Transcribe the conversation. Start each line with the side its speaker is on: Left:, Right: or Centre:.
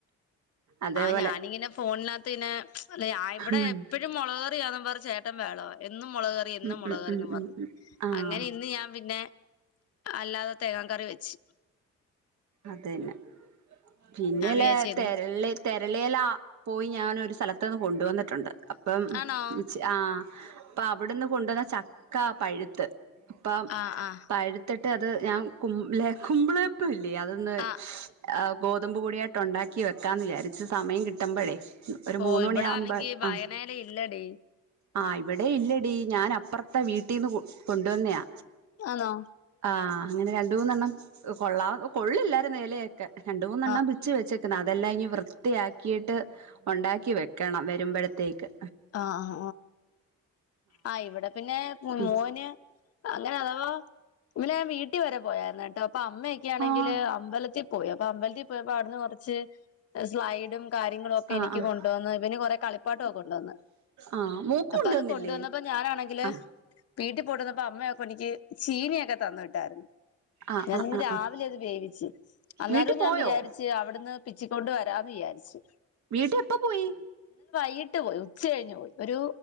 Right: അതേപോലെ
Left: ആ ഞാനിങ്ങനെ ഫോണിനകത്ത് ഇനെ അല്ല ഇവിടെ
Right: ഉം
Left: എപ്പോഴും മുളകറിയാണെന്നും പറഞ്ഞ് ചേട്ടൻ ബഹള. എന്നും മുളക്‌ കറി, എന്നും
Right: ഉം
Left: മുളക്
Right: ഉം
Left: കറി
Right: ഉം
Left: പറഞ്ഞു
Right: ഉം ഉം ആഹ്
Left: അങ്ങനെ ഇന്ന് ഞാൻ പിന്നെ അല്ലാതെ തേങ്ങാ കറി വെച്ച്.
Right: അതന്നെ പിന്നല്ലെ
Left: ഞാൻ വിചാരിച്ച്
Right: തെരളി
Left: എന്നും
Right: തെരളി എല പോയി ഞാൻ ഒരു സ്ഥലത്തു നിന്ന് കൊണ്ടുവന്നിട്ടുണ്ട് അപ്പം
Left: ആണോ
Right: ആ അപ്പ അവിടുന്ന് കൊണ്ടുവന്ന ചക്ക പഴുത്ത് അപ്പം
Left: ആഹ് ആഹ്
Right: പഴുത്ത ട്ട് അത് ഞാൻ കുമ്പിള് കുമ്പിളപ്പമില്ലേ അതൊന്ന്
Left: ആഹ്
Right: ആ ഗോതമ്പ് പൊടിയായിട്ട് ഉണ്ടാക്കി വെക്കാന്ന് വിചാരിച്ചു, സമയം കിട്ടുമ്പൊഴെ ഒരു
Left: ഓ
Right: മൂന്ന്
Left: ഇവിടാണെങ്കി
Right: മണി ആകുമ്പോ
Left: വായനയില
Right: ആ
Left: ഇല്ലടി
Right: ആ ഇവിടെ ഇല്ല ഞാൻ അപ്പറത്തെ വീട്ടിന്ന് കൊണ്ടുവന്നയാ.
Left: ആണോ
Right: ആ, അങ്ങനെ രണ്ടു മൂന്നെണ്ണം കൊള്ളാ കൊള്ളില്ലാരുന്ന് ഇലയൊക്കെ, രണ്ട് മൂന്നെണ്ണം
Left: ആ
Right: പിച്ചി വെച്ച് അതെല്ലാം ഇനി വൃത്തിയാക്കിയിട്ട് ഉണ്ടാക്കിയെ പറ്റു ഇടണം വരുമ്പോഴത്തേക്ക്
Left: ആ ആ ആ ഇവിടെ പിന്നെ
Right: ഉം
Left: മോന് അങ്ങനെ അഥവാ ഇന്നലെ ഞാൻ വീട്ടിൽ വരെ പോയായിരുന്നു കേട്ടോ അപ്പൊ അമ്മയൊക്കൊണെങ്കില്
Right: ആഹ്
Left: അമ്പലത്തിൽ പോയി, അപ്പൊ അമ്പലത്തിൽ പോയപ്പോ അവിടുന്ന് കുറ സ്ലൈഡും കാര്യങ്ങളും ഒക്കെ
Right: ആഹ്
Left: എനിക്ക്
Right: ആഹ്
Left: കൊണ്ടുവന്ന് ഇവന് കുറെ കളിപ്പാട്ടം പാട്ടൊക്കെ കൊണ്ട്‌ വന്ന്.
Right: ആഹ് മൂക്ക്
Left: അപ്പൊ
Right: കൊണ്ടുവന്നില്ലേ
Left: അത് കൊണ്ടുവന്നപ്പോ ഞാനാണെങ്കില്
Right: ആഹ്
Left: വീട്ടിൽ കൊണ്ടു വന്നപ്പോ അമ്മയൊക്കെ എനിക്ക് ചീനിയൊക്കെ തന്നു വിട്ടായിരുന്നു.
Right: ആഹ്
Left: ഞാൻ
Right: ആഹ്
Left: ഇന്ന്
Right: ആഹ്
Left: രാവിലെ
Right: ആഹ്
Left: അത് വേവിച്ച് അന്നേരം
Right: വീട്ടി പോയോ
Left: ഞാൻ വിചാരിച്ച് അവിടുന്ന് പിച്ചിക്കൊണ്ട് വരാന്ന് വിചാരിച്ചു.
Right: വീട്ടി എപ്പൊ പോയി?
Left: വീട്ടു പോയി ഉച്ച കഴിഞ്ഞ് പോയി ഒരു